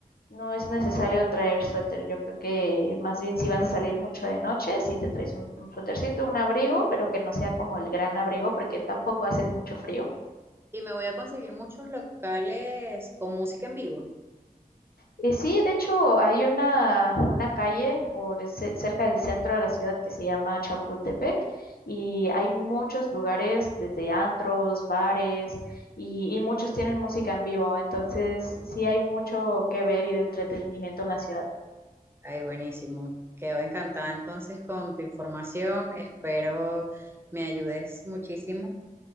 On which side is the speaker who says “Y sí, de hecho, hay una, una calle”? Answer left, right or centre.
Left